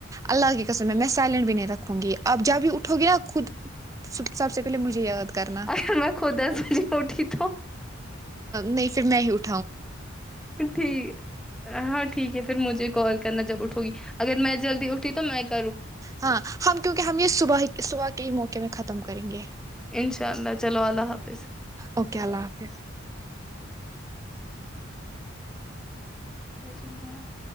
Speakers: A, on the right (about 15°); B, in the centre.
A: اللہ کی قسم میں میں سائلینٹ بھی نہیں رکھوں گی آپ جب بھی اٹھو گی نا خود سب سے پہلے مجھے یاد کرنا
B: ا میں خوداس بجی اٹھی تو
A: نہیں پھر میں ہی اٹھ
B: ٹھیک ہاں ٹھیک ہے پھر مجھے کال نا جب اٹھوی اگر میں جلدی اٹھی تو میں کیا
A: ہاں ہم کیونکہ ہم یہ صبح صبح کئی موقع میں ختم کریں گے
B: انشاء اللہ چلو اللہ حافظ
A: اوکے اللہ حافظ
B: خحیش نمس